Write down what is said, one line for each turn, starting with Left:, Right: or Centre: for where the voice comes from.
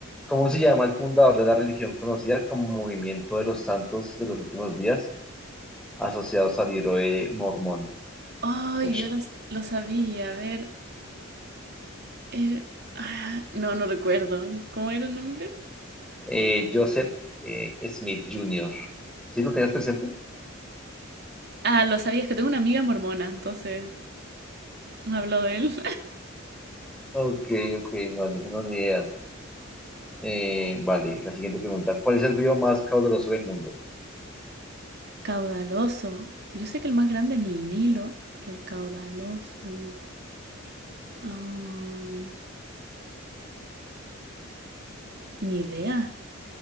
Centre: ¿Cómo se llama el fundador de la religión conocida como Movimiento de los Santos de los Últimos Días, asociados al libro de Mormón?
Right: Ay,
Centre: Ush.
Right: yo lo, lo sabía. A ver. era- ah, no, no recuerdo. ¿Cómo era el nombre?
Centre: Eh, Joseph eh, Smith Jr. ¿Sí lo tenías presente?
Right: Ah, lo sabía. Es que tengo una amiga mormona, entonces me habló de él.
Centre: Ok, ok, no, no tengo ni idea. Eh, vale, la siguiente pregunta. ¿Cuál es el río más caudaloso del mundo?
Right: Caudaloso. Yo sé que el más grande es el Nilo, pero el caudaloso. ah, ni idea,